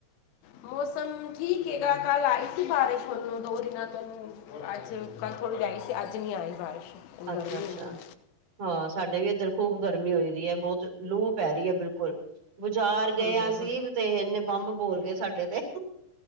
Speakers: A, on the left (about 85°); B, on the right (about 40°).
A: ਮੌਸਮ ਠੀਕ ਹੇਗਾ, ਕੱਲ ਆਈ ਸੀ ਬਾਰਿਸ਼, ਹੁਣ ਨੂੰ ਦੋ ਦਿਨਾਂ ਤੋਂ ਨੂੰ ਆਈ ਤੇ ਔ ਕੱਲ ਥੋੜ੍ਹੀ ਰੈਈ ਸੀ, ਅੱਜ ਨੀ ਆਈ ਬਾਰਿਸ਼। ਹੁਣ
B: ਅੱਛਾ
A: ਗਰਮੀ
B: ਅੱਛਾ,
A: ਹੋ ਗਈ
B: ਹਾਂ ਸਾਡੇ ਵੀ ਐਧਰ ਖੂਬ ਗਰਮੀ ਹੋਈ ਦੀ ਐ ਬੌਤ, ਲੂ ਪੈ ਰੀ ਐ ਬਿਲਕੁਲ। ਬੁਜ਼ਾਰ
A: ਹੂੰ
B: ਗਏ ਆਂ
A: ਹੂੰ
B: ਅਸੀਂ ਤੇ ਏਨੇ, ਬੰਬ ਬੋਲ ਗਏ ਸਾਡੇ ਤੇ।